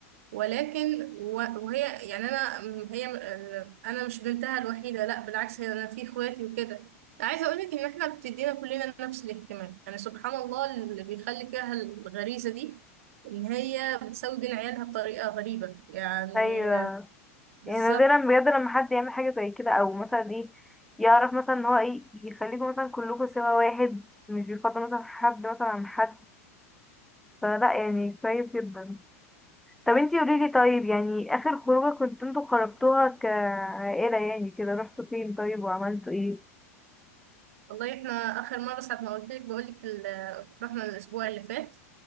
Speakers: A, on the right (about 65°); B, in the centre.
A: ولكن و- وهي يعني انا م- هي م- آه، انا مش بنتها الوحيده لا بالعكس هي انا في اخواتي وكده عايزه اقول لك ان احنا بتدينا كلنا نفس الاهتمام يعني سبحان الله اللي بيخلي فيها الغريزه دي ان هي بتساوي بين عيالها بطريقه غريبه يعني
B: ايوه
A: آه، بالظبط
B: يعني نادرا بجد لما حد يعمل حاجه زي كده او مثلا ايه يعرف مثلا ان هو ايه يخليكم مثلا كلكم سوا واحد مش بيفضل مثلا حد مثلا عن حد فلا يعني كويس جدا طب انتي قوليلي طيب يعني اخر خروجه كنت انتوا خرجتوها كعائله يعني كده رحتوا فين طيب وعملتوا ايه
A: والله احنا اخر مره ساعه ما قلت لك بقول لك ال- رحنا الاسبوع اللي فات